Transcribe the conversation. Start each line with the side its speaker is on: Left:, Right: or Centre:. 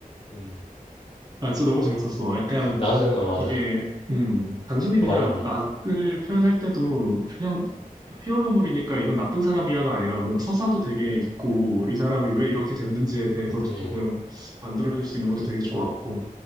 Left: 음.
Right: 아, 진짜 너무 재밌었어. 약간
Left: 나는, 어, 맞아.
Right: 이게 음, 단순히
Left: 어,
Right: 그냥
Left: 말해줘, 말해줘.
Right: 악을 표현할 때도 그냥 히어로물이니까 이건 나쁜 사람이야가 아니라 뭔가 서사도 되게 있고 이 사람이 왜 이렇게 됐는지에 대해서도
Left: 아니,
Right: 조금 만들어줄 수 있는 것도 되게 좋았고